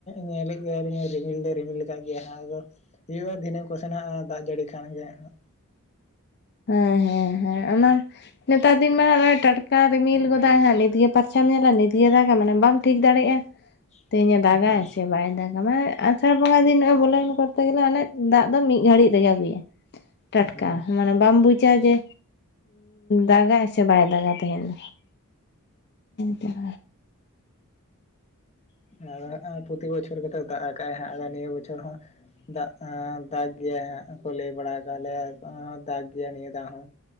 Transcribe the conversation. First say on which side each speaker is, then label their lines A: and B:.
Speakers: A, on the left; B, on the left.
A: ᱧᱮᱞᱮᱫ ᱜᱮᱭᱟᱧ ᱨᱤᱢᱤᱞ ᱫᱚ ᱨᱤᱢᱤᱞ ᱠᱟᱫ ᱜᱮᱭᱟ ᱦᱟᱸᱜ ᱟᱫᱚ ᱦᱩᱭᱩᱜᱼᱟ ᱫᱷᱤᱱᱟᱹᱱ ᱠᱚᱥᱮ ᱱᱟᱜ ᱫᱟᱜ ᱡᱟᱹᱲᱤ ᱠᱷᱟᱱ ᱜᱮ ᱦᱟᱜ
B: ᱦᱮᱸ ᱦᱮᱸ ᱦᱮᱸ ᱚᱱᱟ ᱱᱮᱛᱟᱨ ᱫᱤᱱ ᱢᱟ ᱱᱚᱜᱼᱚᱭ ᱴᱟᱴᱠᱟ ᱨᱤᱢᱤᱞ ᱜᱚᱫᱟᱭ ᱦᱟᱸᱜ ᱱᱤᱛᱜᱮ ᱯᱟᱨᱪᱟᱢ ᱧᱮᱞᱟ ᱱᱤᱛᱜᱮ ᱨᱟᱜᱟ ᱢᱟᱱᱮ ᱵᱟᱢ ᱴᱷᱤᱠ ᱫᱟᱲᱮᱭᱟᱜᱼᱟ
A: <inaudible>
B: ᱛᱮᱦᱮᱧᱮ ᱫᱟᱜᱟᱭ
A: ᱦᱮᱸ
B: ᱥᱮ ᱵᱟᱭ ᱫᱟᱜᱟ ᱢᱟᱱᱮ ᱟᱨ ᱟᱥᱟᱲ ᱵᱚᱸᱜᱟ ᱫᱤᱱ ᱱᱚ ᱵᱚᱞᱚᱭᱮᱱ ᱠᱚᱨᱛᱮ ᱜᱮᱞᱮ ᱚᱱᱮ ᱫᱟᱜ ᱫᱚ ᱢᱤᱫ ᱜᱷᱟᱹᱲᱤᱡ ᱨᱮᱜᱮ ᱟᱹᱜᱩᱭᱟ ᱴᱟᱴᱠᱟ
A: ᱦᱮᱸ ᱦᱮᱸ
B: ᱢᱟᱱᱮ ᱵᱟᱢ ᱵᱩᱡᱟ ᱡᱮ ᱫᱟᱜᱟᱭ ᱥᱮ ᱵᱟᱭ ᱫᱟᱜᱟ ᱛᱟᱦᱮᱧ ᱫᱚ <inaudible>
A: ᱟᱫᱚ ᱯᱨᱚᱛᱤ ᱵᱚᱪᱷᱚᱨ ᱜᱮᱛᱚᱭ ᱫᱟᱜ ᱟᱠᱟᱜᱟᱭ ᱦᱟᱜ ᱟᱫᱚ ᱱᱤᱭᱟᱹ ᱵᱚᱪᱷᱚᱨ ᱦᱚᱸ ᱫᱟᱜᱽ ᱮᱸ ᱫᱟᱜ ᱜᱮᱭᱟᱭ ᱦᱟᱜ ᱠᱚᱞᱮᱭ ᱵᱲᱟ ᱠᱟᱜ ᱞᱮᱭᱟ ᱠᱚ ᱫᱟᱜ ᱜᱮᱭᱟᱭ ᱱᱤᱭᱟ. ᱫᱷᱟᱣ ᱦᱚᱸ